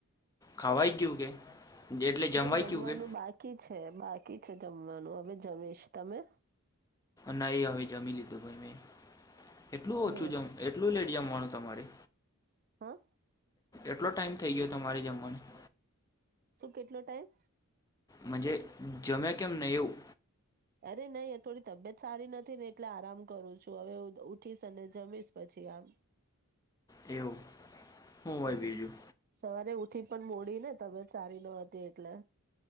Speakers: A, on the left; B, on the right.
A: ખાવાય ગયું કે? એટલે જમવાઈ
B: નહી જમવાનું
A: ગયું કે
B: બાકી જ હે બાકી છે જમવાનું હવે જમીશ તમે?
A: ન હવે જમી લીધું ગ મેં. એટલું
B: હ
A: ઓછું જમ એટલું લેટ જમવાનું તમારે?
B: હા
A: એટલો ટાઈમ થઈ ગયો તમારે જમવાની?
B: શું કેટલો ટાઈમ?
A: મજે જમ્યા કેમ નહી એવું?
B: અરે નહી થોડી તબિયત સારી નથી ને એટલે આરામ કરું છું હવે ઉઠીશ અને જમીશ પછી આમ.
A: એવું. હું હોય
B: હમ
A: બીજું
B: સવારે ઉઠ થી પણ મોડી ને તબિયત સારી ન હતી એટલે.